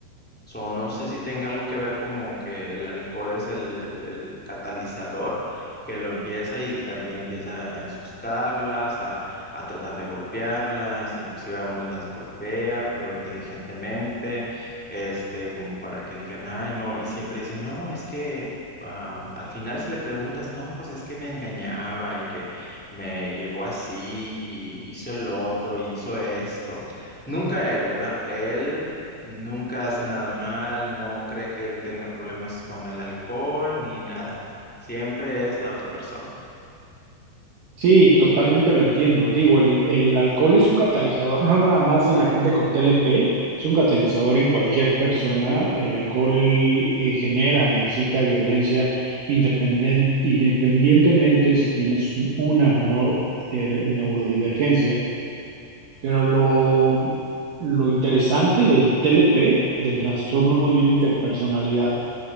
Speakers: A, in the centre; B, on the right.
A: So, no sé si tenga algo que ver como que el alcohol es el, el- el catalizador que lo empieza y también empieza a ensustarlas, a, a tratar de golpearlas, inclusive a unas las golpea, pero inteligentemente, este, como para que digan, ay, no, y siempre dicen, no, es que am, al final si le preguntas, no, pues es que me engañaba y que me llegó así y hizo el otro y hizo esto. Nunca él, ¿verdad? Él Nunca hace nada mal, no cree que él tenga problemas con el alcohol ni nada. Siempre es la otra persona.
B: Sí, totalmente lo entiendo. Digo, el, el alcohol es un catalizador, <laughs> no nada más en la gente con TLP, es un catalizador en cualquier persona. El alcohol eh, genera e incita violencia independen- independientemente si tienes una o no eh, neurodivergencia. Pero lo, lo interesante del TLP, del trastorno límite de personalidad,